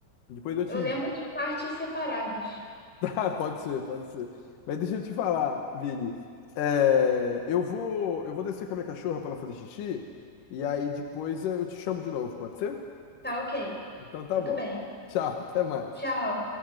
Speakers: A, on the left; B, in the centre.
A: Depois eu te
B: Eu
A: envio.
B: lembro de partes separadas.
A: <laughs> Ah, pode ser, pode ser. Mas deixa eu te falar, Vini. É, eu vou, eu vou descer com a minha cachorra para ela fazer xixi e aí depois eu te chamo de novo, pode ser?
B: Tá ok.
A: Então tá
B: Tudo
A: bom.
B: bem.
A: Tchau, <laughs> até mais.
B: Tchau.